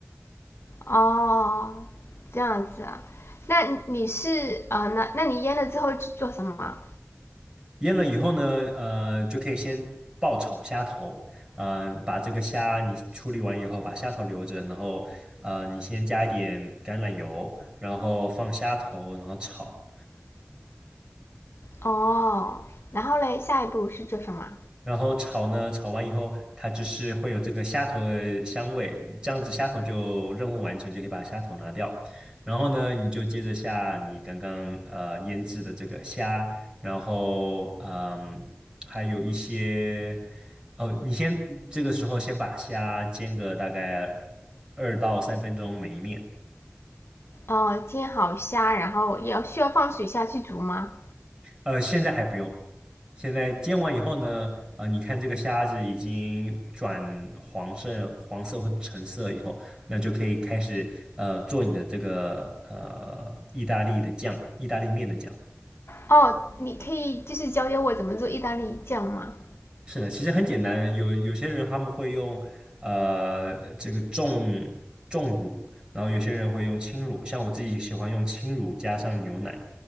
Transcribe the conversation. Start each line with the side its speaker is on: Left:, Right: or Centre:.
Left: 哦，这样子啊，那你是呃，那那你腌了之后是做什么啊
Right: 腌了以后呢，呃，就可以先爆炒虾头，嗯、呃，把这个虾你处理完以后，把虾头留着，然后呃，你先加一点橄榄油，然后放虾头，然后炒。
Left: 哦，然后嘞，下一步是做什么？
Right: 然后炒呢，炒完以后，它就是会有这个虾头的香味，这样子虾头就任务完成，就可以把虾头拿掉。然后呢，你就接着下你刚刚呃腌制的这个虾，然后嗯，还有一些哦，你先这个时候先把虾煎个大概二到三分钟每一面，
Left: 哦，煎好虾，然后要需要放水下去煮吗？
Right: 呃，现在还不用。现在煎完以后呢，呃，你看这个虾子已经转黄色、黄色或者橙色以后，那就可以开始呃做你的这个呃意大利的酱，意大利面的酱。
Left: 哦，你可以就是教教我怎么做意大利酱吗？
Right: 是的，其实很简单，有有些人他们会用呃这个重重乳，然后有些人会用轻乳，像我自己喜欢用轻乳加上牛奶，